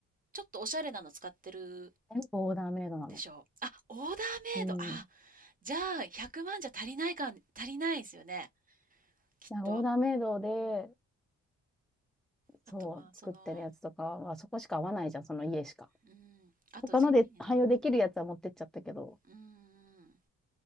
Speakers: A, on the right (about 30°); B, in the centre.
A: ちょっとおしゃれなの使ってる
B: 全部オーダーメイドなの。
A: でしょうあオーダーメイドあ
B: うん。
A: じゃあ100万じゃ足りないか足りないですよねきっと、
B: なんかオーダーメイドで、
A: うん、
B: そう、
A: あとまあその
B: 作ってるやつとかはそこしか合わないじゃん、その家しか。
A: うんあと地味にな
B: 他ので汎用できるやつは持ってっちゃったけど。
A: うん